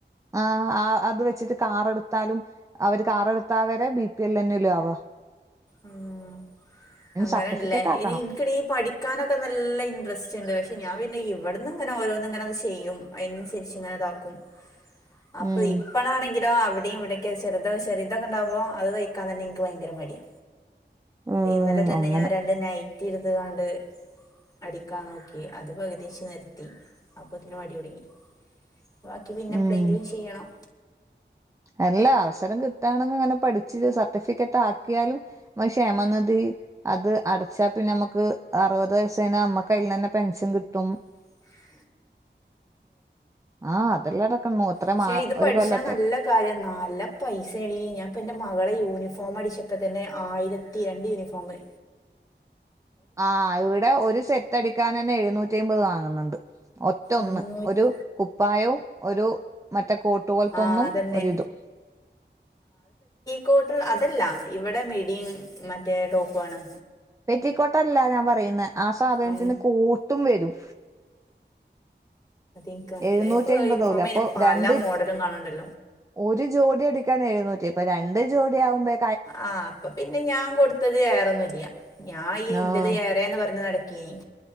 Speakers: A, on the right (about 15°); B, on the left (about 20°).
A: ആ.. അ.. അത് വെച്ചിട്ട് കാറേടു ത്താലും, അവര് കാർ എടുത്താവരെ ബി പി എൽ എലനാലും ആവ
B: ഉം... അങ്ങനെല്ലേ
A: സർട്ടിഫിക്കറ്റ് ആക്കണം
B: ഇനി ഇൻക്കെടി.. പഠിക്കാനൊക്കെ നല്ല ഇൻഡ്രസ്റ്റ്ണ്ട് പക്ഷെ ഞാൻ പിന്നെ ഇവ്ടന്ന് ഇങ്ങനെ ഓരോന്ങ്‌നെ ചെയ്യും അഇനൻസര്ച്ച് ങ്ങനെ താക്കും അപ്പൊ
A: ഉം
B: ഇപ്പളാണെങ്കിൽ ദാ.. അവ്ടിം ഇവ്ടൊക്കെ ചെർ ചെർ തൊക്കെണ്ടാകുമ്പോ അയ് ത്തൈക്കാൻ തന്നെ ഇൻക്ക് ഭയങ്കര മടിയ
A: ഉം
B: ഇന്നലെതന്നെ
A: അങ്ങനെ
B: ഞാൻ രണ്ട് നൈറ്റിട്ത്ങ്ങണ്ട് അടിക്കാൻ നോക്കി അത് പക് തിച് നിർത്തി അപൊതിന് മടിടുങ്ങി ബാക്കി പിന്നെപ്ലെങ്കിലും
A: ഉം
B: ചിയ്യണം
A: അല്ല, അവസരം കിട്ടാണങ്ക ങ്ങനെ പഠിപ് ചില സർട്ടിഫിക്കറ്റ് ആക്യാലും ശേമന് ധി അത് അടച്ച പിന്നാമക് ന അറുവത് വയസേഞ അമ്മക്ക്യ്യിൽ ന്നെനെ പെൻഷൻ ക് ട്ടും
B: ഉ
A: ആഹ.. അതെല്ലാംടക്ക നൂത്ര
B: പക്ഷെ
A: മാ..
B: ഇത് പഠിച്ചാ
A: ഒരു കൊല്ലത്തക്കെ
B: നല്ല കാര്യം നല്ല പൈസെടി ഞാൻപ്പ ന്റെ മകളെ യൂനിഫോം അടിച്ചപ്പോ തന്നെ ആയിരത്തി രണ്ട് യൂണഫ ഫോമ്.
A: ആഹ്.. ഇവ്ടെ ഒരു സെറ്റ് അടിക്കാനെ ന്നെ എഴുന്നൂറ്റി ഐമ്പത് വാങ്ന്ണ്ട് ഒറ്റൊന്ന്
B: മുന്നൂറ്റി
A: ഒരു കുപ്പായോം ഒരു മറ്റേ.. കോട്ടുപോൽത്തൊന്നും
B: ആ അതന്നെ
A: ഒരിതും
B: കൊട്ള അതല്ല ഇവെടെ മിഡിം.. മറ്റേ ടോപോണ്
A: പെറ്റിക്കോട്ടല്ല ഞാൻ പറയുനേ ആ സാധത്തിന്
B: ഏ
A: കോട്ടും വരും
B: ഇൻക്ക് മനസ്സിലായി
A: എഴുന്നൂറ്റി
B: ഇപ്പൊ
A: അമ്പതോലെ
B: യൂണിഫോമെയ്ന്
A: അപ്പൊ
B: പല
A: രണ്ട്
B: മോഡലുംകണ് ണ്ടല്ലോ
A: ഒരു ജോഡിടിക്കാൻ എഴുന്നൂറ്റി പ്പൊ രണ്ട് ജോഡി ആകുമ്പേ
B: ആ.. അപ്പൊ പിന്നെ ഞാ കൊട്ത്തത് ഏറെൊന്നുംല്ല ഞാൻ ഇന്റത്
A: ആഹ്
B: ഏറെന്ന് പറഞ്ഞ നട ക്കെ..